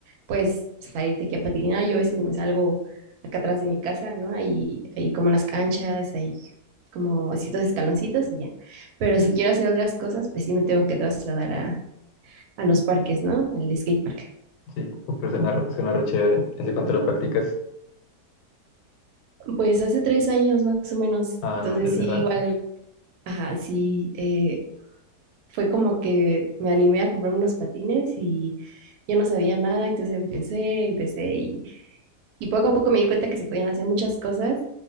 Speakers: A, on the right; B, on the left.
A: puedes salirte aquí a patinar, yo a veces me salgo acá atrás de mi casa, ¿no? Hay, hay como unas canchas, hay como ciertos escaloncitos y ya, pero
B: Sí,
A: si quiero hacer otras cosas, pues sí me tengo que trasladar a, a los parques, ¿no? Al skatepark.
B: sí, pero suena, re- suena re chévere. ¿Hace cuánto lo practicas?
A: Pues hace tres años más o menos,
B: Ah,
A: entonces
B: no, ya hace
A: sí,
B: rato.
A: igual, ajá, sí. eh, fue como que me animé a comprarme unos patines y yo no sabía nada, entonces empecé, empecé y, y poco a poco me di cuenta que se podían hacer muchas cosas